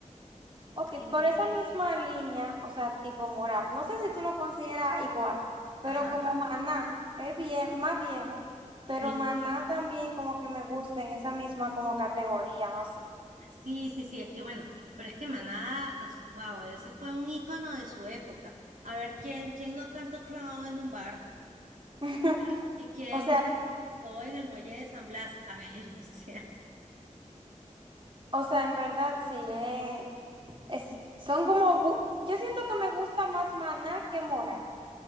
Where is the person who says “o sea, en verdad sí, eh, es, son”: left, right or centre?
Right